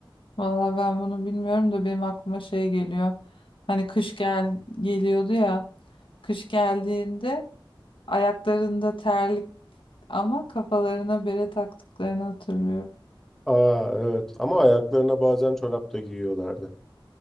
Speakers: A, on the left; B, in the centre.
A: Valla ben bunu bilmiyorum da benim aklıma şey geliyor. Hani kış gel geliyordu ya. Kış geldiğinde ayaklarında terlik ama kafalarına bere taktıklarını hatırlıyorum.
B: Aa evet ama ayaklarına bazen çorap da giyiyorlardı.